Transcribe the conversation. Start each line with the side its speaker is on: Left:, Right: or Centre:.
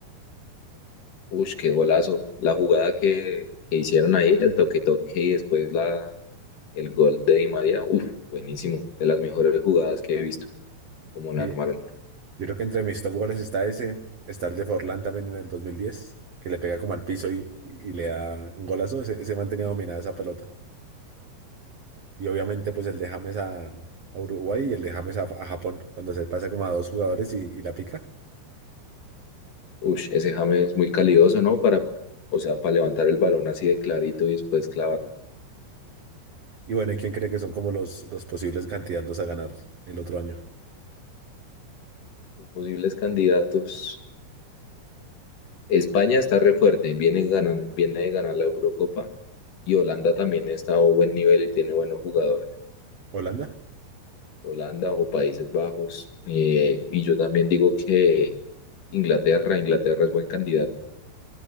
Left: Ush, qué golazo. La jugada que, que hicieron ahí, el toque-toque y después la, el gol de Di María. Uf, buenísimo. De las mejores jugadas que he visto, como la
Right: Sí,
Left: armaron.
Right: Yo creo que entre mis top goles está ese, está el de Forlán también en el 2010, que le pega como al piso y, y- y le da un golazo, ese, ese man tenía dominada esa pelota. Y obviamente pues el de James a, a Uruguay y el de James a, a Japón, cuando se pasa como a dos jugadores y, y la pica.
Left: Ush, ese James es muy calidoso, ¿no? Para, o sea, para levantar el balón así de clarito y después clavarlo.
Right: Y bueno, ¿y quién cree que son como los, los posibles candidatos a ganar el otro año?
Left: Los posibles candidatos. España está re fuerte, viene, ganan, viene de ganar la Eurocopa. Y Holanda también está a buen nivel y tiene buenos jugadores.
Right: ¿Holanda?
Left: Holanda o Países Bajos. eh, y yo también digo que Inglaterra, Inglaterra es buen candidato.